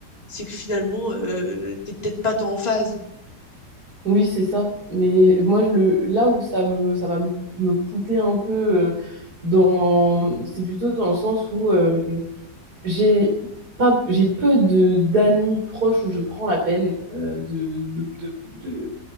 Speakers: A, on the left; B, on the right.
A: c'est que finalement, euh, t'es peut-être pas tant en phase.
B: Oui, c'est ça. Mais moi, je le, là où ça me, ça va me, me coûter un peu, euh, dans, c'est plutôt dans le sens où euh, j'ai pas, j'ai peu de d'amis proches où je prends la peine euh, de, de, de, de,